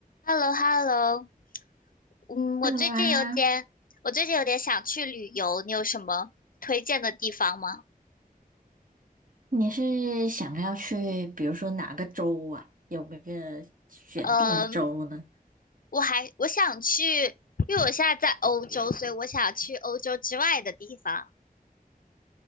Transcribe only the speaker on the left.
h e l l o h e l l o 嗯，我最近有点，
我最近有点想去旅游，你有什么推荐的地方吗？
呃，我还我想去，因为我现在在欧洲，所以我想去欧洲之外的地方。